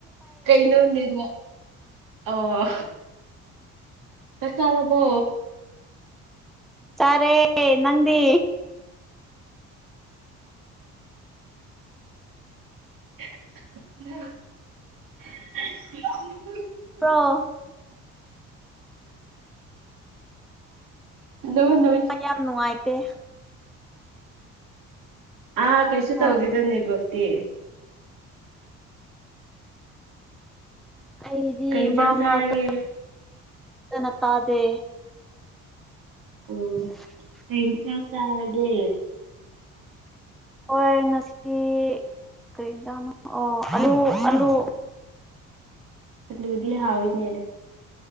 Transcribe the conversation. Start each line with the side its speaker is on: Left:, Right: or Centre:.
Right: ꯀꯩꯩꯅꯣ ꯅꯦꯠꯋ꯭ꯔꯛ ꯑꯣ ꯆꯥꯛ ꯆꯥꯔꯕꯣ
Centre: ꯆꯔꯦ ꯅꯪꯗꯤ
Right: <inaudible>
Centre: ꯄ꯭ꯔꯣ
Right: ꯅꯣ ꯅꯣ
Centre: ꯌꯥꯝ ꯅꯨꯡꯉꯥꯏꯇꯦ
Right: ꯑꯥ ꯀꯩꯁꯨ ꯇꯧꯗꯦꯗ
Centre: ꯍꯣꯏ
Right: ꯅꯦꯠꯋꯛꯇꯤ
Centre: ꯑꯩꯗꯤ
Right: ꯀꯩ ꯏꯟꯁꯥꯡ
Centre: ꯃꯔꯛ
Right: ꯆꯥꯔꯒꯦ
Centre: ꯃꯔꯛꯇ ꯐꯖꯅ ꯇꯥꯗꯦ
Right: ꯎꯝ
Centre: <inaudible>
Right: ꯀꯩ ꯏꯟꯁꯥꯡ ꯆꯥꯔꯒꯦ
Centre: ꯍꯣꯏ ꯉꯁꯤ ꯀꯩ ꯑꯦꯟꯖꯥꯡꯅꯣ ꯑꯣ ꯑꯥꯂꯨ ꯑꯥꯂꯨ
Right: ꯑꯂꯨꯗꯤ ꯍꯥꯎꯋꯤꯅꯦ